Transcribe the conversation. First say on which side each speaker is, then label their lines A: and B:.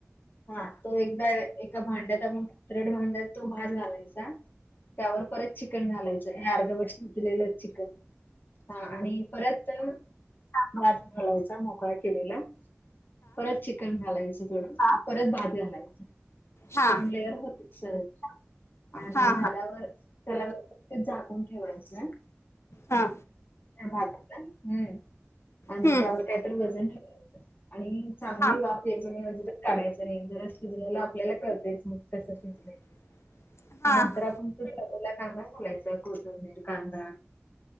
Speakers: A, on the left; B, on the left.
A: हा तो एकदा एका भांड्यात आपण फ्रेड भांड्यात तो भात घालायचा. त्यावर परत चिकन घालायचं, हे अर्धवट शिजलेलं चिकन हा आणि. परत साधा भात घालायचा, मोकळा केलेला परत चिकन घालायचं थोडं परत भात घालायचं,
B: हा
A: दोन लेअर होतेत सहज आणि
B: हा हा
A: झाल्यावर त्याला व्यवस्थित झाकून ठेवायचं.
B: हा
A: भाताला हं.. आणि
B: हम्म
A: त्यावर कायतरी वजन ठेवायचं. आणि चांगली
B: हा
A: वाफ याच नाही म्हजे काढायचं नाही जरा शिजलेला आपल्याला कळतेच मग कस ते.
B: <inaudible> हा
A: नंतर
B: हा
A: आपण तळलेला कांदा घालायचा, कोथिंबीर कांदा.